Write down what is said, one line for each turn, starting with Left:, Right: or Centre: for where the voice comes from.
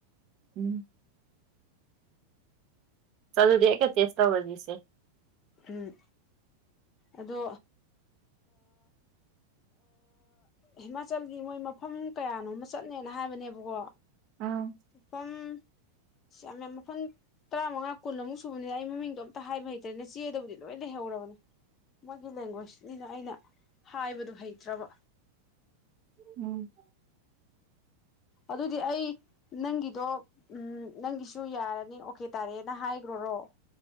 Right: ꯎꯝ ꯆꯠꯂꯗꯤ ꯍꯀꯇꯦꯁ ꯇꯧꯔꯁꯤꯁꯦ
Left: ꯎꯝ ꯑꯗꯣ ꯍꯤꯃꯥꯆꯜꯒꯤ ꯃꯣꯏ ꯃꯐꯝ ꯀꯌꯥꯅꯣꯃ ꯆꯠꯅꯦꯅ ꯍꯥꯏꯕꯅꯦꯕꯀꯣ
Right: ꯎꯝ
Left: ꯏꯄꯝ ꯁꯤ ꯌꯥꯝ ꯌꯥꯝ ꯃꯐꯝ ꯇꯔꯥ ꯃꯉꯥ ꯀꯨꯟꯃꯨꯛ ꯁꯨꯕꯅꯤꯅ ꯑꯩ ꯃꯃꯤꯡꯗꯣ ꯑꯝꯇ ꯍꯥꯏꯕ ꯍꯩꯇꯔꯦꯅꯦ ꯆꯦꯗꯕꯨꯗꯤ ꯂꯣꯏ ꯂꯩꯍꯧꯔꯕꯅꯦ ꯃꯣꯏꯒꯤ ꯂꯦꯡꯒ꯭ꯋꯦꯖꯅꯤꯅ ꯑꯩꯅ ꯍꯥꯏꯕꯗꯣ ꯍꯩꯇ꯭ꯔꯕ
Right: ꯎꯝ
Left: ꯑꯗꯨꯗꯤ ꯑꯩ ꯅꯪꯒꯤꯗꯣ ꯎꯝ ꯅꯪꯒꯤꯁꯨ ꯌꯥꯔꯅꯤ ꯑꯣꯀꯦ ꯇꯥꯔꯦꯅ ꯍꯥꯏꯈ꯭ꯔꯔꯣ